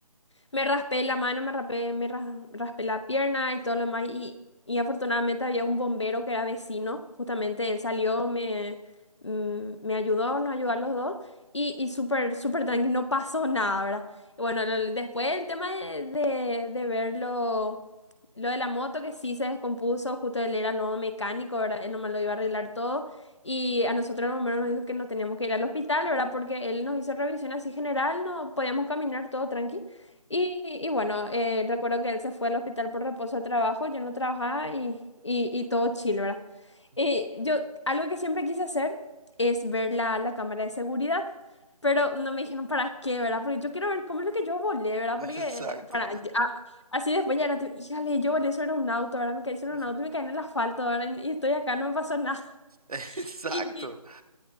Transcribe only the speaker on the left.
Me raspé la mano, me raspé, me ra- raspé la pierna y todo lo demás. Y, y afortunadamente había un bombero que era vecino, justamente él salió, me, mm, me ayudó, nos ayudó a los dos. Y, y súper, súper tranquilo, no pasó nada, ¿verdad? Y Bueno, lo- después el tema de, de, de ver lo, lo de la moto que sí se descompuso, justo él era lo mecánico, ¿verdad? Él nomás lo iba a arreglar todo. Y a nosotros el bombero nos dijo que nos teníamos que ir al hospital, ¿verdad? Porque él nos hizo revisión así general, no podíamos caminar todo tranqui. Y, y bueno, eh, recuerdo que él se fue al hospital por reposo de trabajo, yo no trabajaba y, y, y todo chill, ¿verdad?
Eh, yo, algo que siempre quise hacer es ver la, la cámara de seguridad, pero no me dijeron para qué, ¿verdad? Porque yo quiero ver cómo es lo que yo volé, ¿verdad?
Porque para, a- así después ya era tipo, híjale, yo volé sobre un auto, ¿verdad? Me caí sobre
un auto y me caí en el asfalto, ¿verdad? Y estoy acá, no me pasó nada. <laughs>
Y